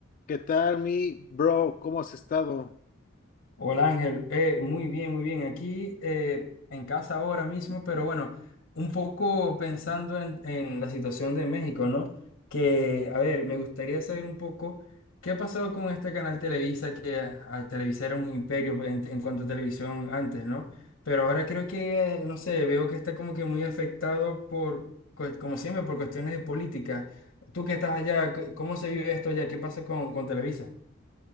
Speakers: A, on the left (about 40°); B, on the left (about 65°).
A: ¿Qué tal, mi bro? ¿Cómo has estado?
B: Hola Ángel, Eh, muy bien, muy bien. Aquí eh, en casa ahora mismo, pero bueno, un poco pensando en, en la situación de México, ¿no? Que, a ver, me gustaría saber un poco qué ha pasado con este canal Televisa, que a, Televisa era un imperio en, en cuanto a televisión antes, ¿no? Pero ahora creo que, no sé, veo que está como que muy afectado por, cu- como siempre, por cuestiones de política. Tú que estás allá, c- ¿cómo se vive esto allá? ¿Qué pasa con, con Televisa?